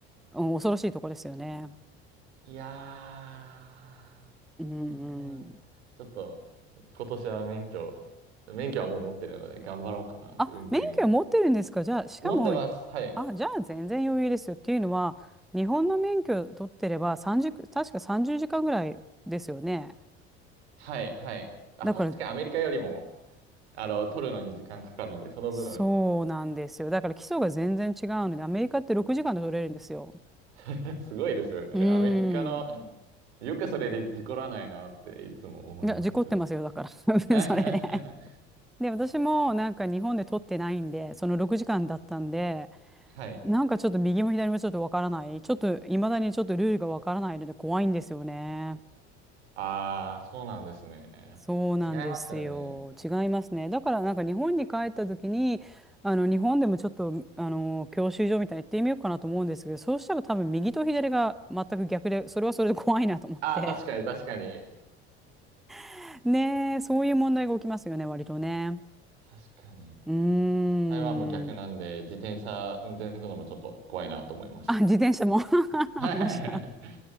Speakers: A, in the centre; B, on the right.
A: うん、恐ろしいとこですよね。
B: いや
A: うんうん
B: ー、運転、ちょっと、今年は免許、免許はもう持ってるので、頑張ろうかなって、
A: あ、
B: 運転を。
A: 免許を持ってるんですかじゃあ、しかも、
B: 持ってます。はい。
A: あ、じゃあ全然余裕ですよ。っていうのは、日本の免許取ってれば30、確か30時間ぐらいですよね。
B: はいはい。あ、
A: だから、
B: 確かにアメリカよりも、あの、取るのに時間かかるんで、その分、
A: そうなんですよ。だから基礎が全然違うので、アメリカって6時間で取れるんですよ。
B: <laughs> すごいですよね。
A: うーん。
B: アメリカの、よくそれで事故らないなっていつも思います。
A: いや、事故ってますよ、だから。<laughs>
B: <laughs> は
A: それで。で、私もなんか日本で取ってないんで、その6時間だったんで、
B: い。
A: なんかちょっと右も左もちょっとわからない。ちょっと、いまだにちょっとルールがわからないので怖いんですよね。
B: ああ、そうなんですね。
A: そうなんですよ。
B: 違いますよね。
A: 違いますね。だからなんか日本に帰った時に、あの日本でもちょっとあの教習所みたいに行ってみようかなと思うんですけど、そうしたら多分右と左が全く逆で、それはそれで怖いなと思って。
B: ああ、確かに確かに。
A: <laughs> ねえ、そういう問題が起きますよね、割とね。
B: 確かに。
A: うーん。
B: 台湾も逆なんで、自転車運転するのもちょっと怖いなと思いました。
A: あ、自転車も。
B: <laughs>
A: <laughs>
B: はい
A: 面白い。